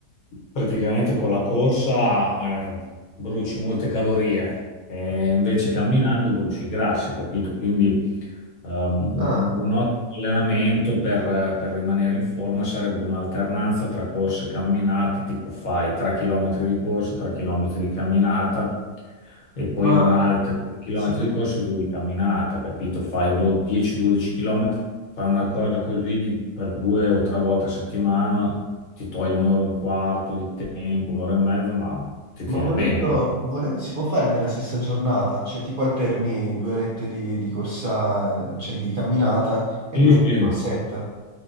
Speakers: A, on the left (about 35°); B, on the right (about 70°).
A: Praticamente con la corsa eh, bruci molte calorie e invece camminando bruci i grassi, capito? Quindi ehm, un,
B: Ah,
A: un ottimo allenamento per, per rimanere in forma sarebbe un'alternanza tra corse e camminate, tipo fai 3 km di corsa, 3 km di camminata e poi
B: ma,
A: un altro 2 km
B: si può-
A: di corsa e 2 di camminata, capito? Fai do- 10-12 km, fai una cosa così di- per due o tre volte a settimana ti toglie un'ora e un quarto di tempo, un'ora e mezza, ma ti tiene
B: ma volendo,
A: bene. capito?
B: volendo si può fare nella stessa giornata, cioè tipo alterni due orette di, di corsa, cioè di camminata e
A: Sì,
B: due
A: sì.
B: orette di corsetta.